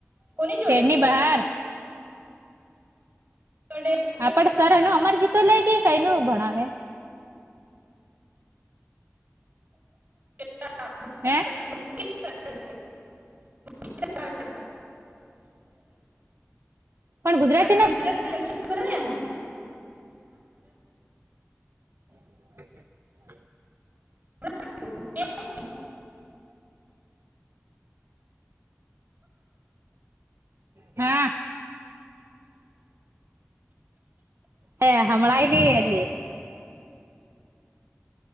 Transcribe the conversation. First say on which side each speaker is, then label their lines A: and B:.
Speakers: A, on the right; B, on the right.
A: કોની જોડે
B: શેરની બહાર
A: થડે
B: પણ સર એ ન અમાર ગીતો લે ગ કઈ ન ભણાવે
A: <inaudible>
B: હે
A: <inaudible>
B: પણ ગુજરાત
A: તજક્ર નહી
B: હ
A: <inaudible>
B: હા હે હમળાઈની એલી